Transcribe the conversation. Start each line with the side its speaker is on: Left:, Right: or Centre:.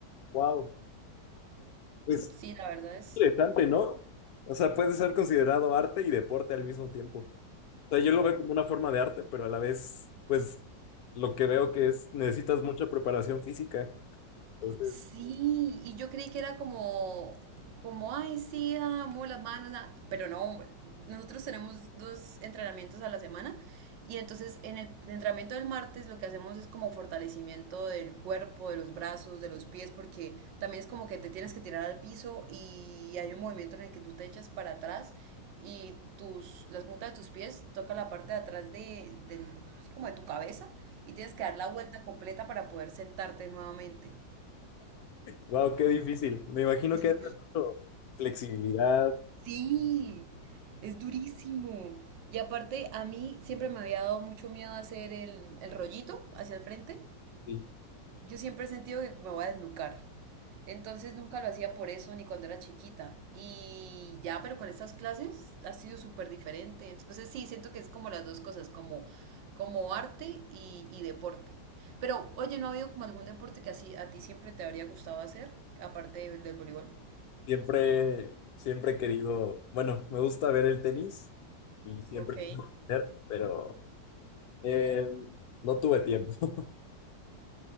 Left: Wow. Pues
Right: Sí, la verdad es
Left: interesante, ¿no? O sea, puede ser considerado arte y deporte al mismo tiempo. O sea, yo lo veo como una forma de arte, pero a la vez, pues lo que veo que es, necesitas mucha preparación física. Entonces,
Right: Sí, y yo creí que era como, como, ay, sí, amo las manos, ah", pero no, nosotros tenemos dos entrenamientos a la semana y entonces en el entrenamiento del martes lo que hacemos es como fortalecimiento del cuerpo, de los brazos, de los pies, porque también es como que te tienes que tirar al piso y hay un movimiento en el que tú te echas para atrás y tus, las puntas de tus pies tocan la parte de atrás de, del, así como de tu cabeza y tienes que dar la vuelta completa para poder sentarte nuevamente.
Left: wow, <laughs> qué difícil. Me imagino
Right: Eso
Left: que
Right: yo-
Left: hay mucho flexibilidad,
Right: sí, es durísimo. Y aparte, a mí siempre me había dado mucho miedo hacer el, el rollito hacia el frente.
Left: Sí.
Right: Yo siempre he sentido que me voy a desnucar. Entonces nunca lo hacía por eso, ni cuando era chiquita. Y ya, pero con estas clases ha sido súper diferente. Entonces sí, siento que es como las dos cosas, como, como arte y, y deporte. Pero, oye, ¿no ha habido como algún deporte que así a ti siempre te habría gustado hacer, aparte del, del voleibol?
Left: Siempre, siempre he querido, bueno, me gusta ver el tenis y siempre
Right: Ok.
Left: quise aprender, pero eh, no tuve tiempo. <laughs>